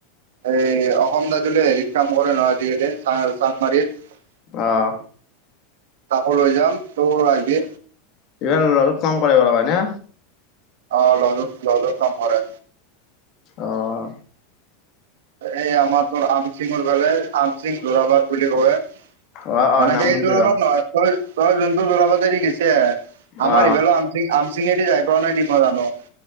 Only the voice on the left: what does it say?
অ'হ।
ই অলপ কম <unintelligible>
অঁ
অ অ
নামশুনছো
ৰ
অ